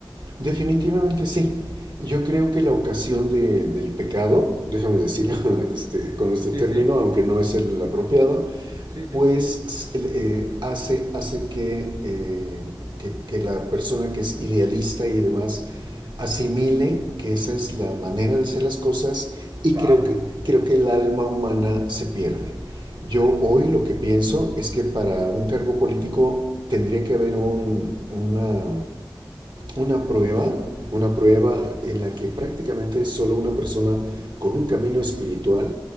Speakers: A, on the right; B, on the right.
A: Definitivamente sí. Yo creo que la ocasión de- del pecado, déjame decirlo <laughs> este, con este
B: Sí,
A: término,
B: sí,
A: aunque no es el apropiado,
B: sí, sí,
A: pues eh, hace, hace que, eh, que, que la persona que es idealista y demás asimile que esa es la manera de hacer las cosas y
B: claro.
A: creo que, creo que el alma humana se pierde. Yo hoy lo que pienso es que para un cargo político tendría que haber un, una una prueba, una prueba en la que prácticamente solo una persona con un camino espiritual,